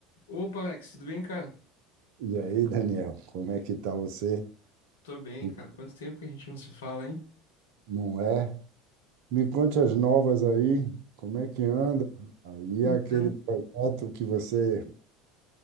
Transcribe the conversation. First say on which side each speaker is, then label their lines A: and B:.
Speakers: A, on the left; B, on the right.
A: Opa, Alex, tudo bem, cara?
B: E aí, Daniel, como é que tá você?
A: Tô bem,
B: Me-
A: cara. Quanto tempo que a gente não se fala, hein?
B: Não é? Me conte as novas aí, como é que anda? Aí
A: Então,
B: aquele projeto que você